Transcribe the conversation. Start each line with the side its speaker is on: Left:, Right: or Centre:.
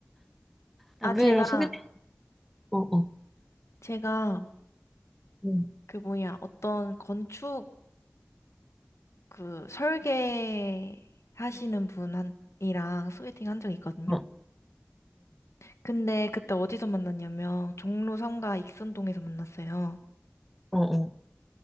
Centre: 남편이랑
Left: 아, 제가,
Centre: 소개팅, 어, 어,
Left: 제가,
Centre: 응,
Left: 그 뭐냐, 어떤 건축, 그, 설계 하시는 분이랑 소개팅 한 적이 있거든요?
Centre: 어, 어
Left: 근데 그때 어디서 만났냐면, 종로 3가 익선동에서 만났어요.
Centre: 어, 어,